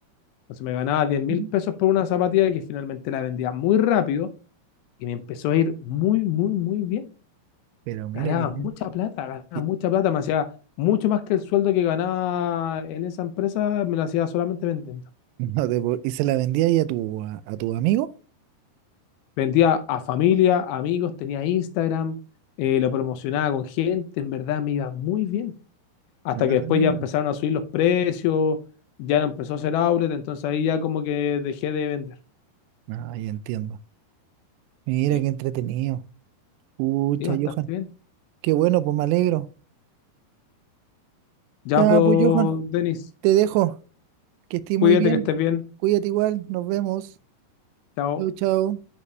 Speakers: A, on the left; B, on the right.
A: Entonces me ganaba diez mil
B: ¿Mm?
A: pesos por una zapatilla que finalmente la vendía muy rápido y me empezó a ir muy, muy, muy bien.
B: pero mira
A: Ganaba
B: que bien.
A: mucha plata, ganaba
B: Y,
A: mucha
B: <laughs>
A: plata, me hacía mucho más que el sueldo que ganaba en esa empresa, me lo hacía solamente vendiendo.
B: no te puedo- y se la vendía ahí a tu, a, a tu amigo.
A: Vendía a familia, amigos, tenía Instagram, eh, lo promocionaba con gente, en verdad me iba muy bien. hasta
B: Ah,
A: que
B: ah,
A: después ya empezaron
B: ah,
A: a subir los precios, ya no empezó a ser outlet, entonces ahí ya como que dejé de vender.
B: ah, ya entiendo. Mira
A: Sí,
B: qué entretenido. Pucha,
A: sí, bastante
B: Johan.
A: bien.
B: Qué bueno, pues me alegro.
A: Ya,
B: Ya,
A: pues,
B: pues Johan,
A: Denis,
B: te dejo. Que estés
A: cuídate
B: muy bien.
A: que estés bien.
B: Cuídate igual. Nos vemos.
A: Chao.
B: Chau, chau.